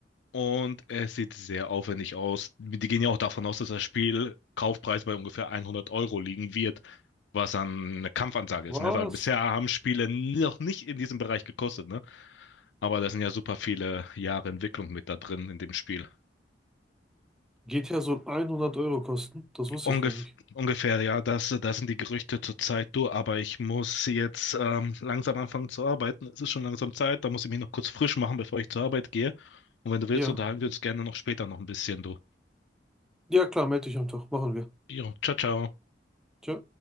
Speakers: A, on the left; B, in the centre.
A: und es sieht sehr aufwendig aus. Die gehen ja auch davon aus, dass das Spiel Kaufpreis bei ungefähr 100 Euro liegen wird, was dann eine Kampfansage ist,
B: was?
A: ne? Weil bisher haben Spiele noch nicht in diesem Bereich gekostet, ne? Aber da sind ja super viele Jahre Entwicklung mit da drin in dem Spiel.
B: GTA soll 100 Euro kosten? Das wusste
A: Ungef
B: ich gar nicht.
A: ungefähr, ja, das, das sind die Gerüchte zurzeit. Du, aber ich muss jetzt ähm, langsam anfangen zu arbeiten. Es ist schon langsam Zeit, da muss ich mich noch kurz frisch machen, bevor ich zur Arbeit gehe. Und wenn du willst,
B: Ja.
A: unterhalten wir uns gerne noch später noch ein bisschen, du.
B: Ja, klar, melde dich einfach. Machen wir.
A: Jo, ciao, ciao.
B: Tschö.